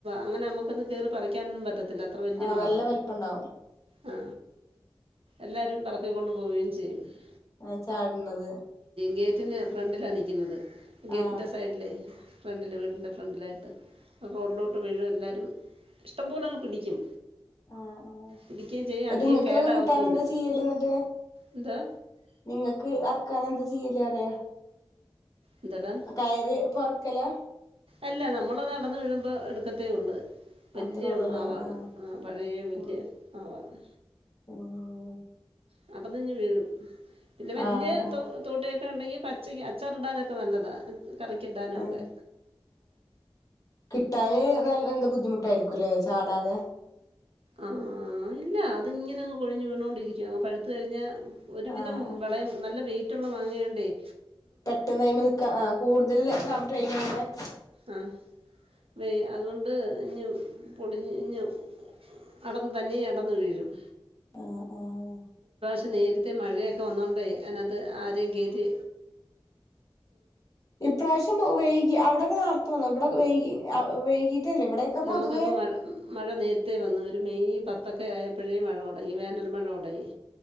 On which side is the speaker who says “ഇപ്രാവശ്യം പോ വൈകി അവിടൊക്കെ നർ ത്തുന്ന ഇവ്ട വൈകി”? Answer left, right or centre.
Left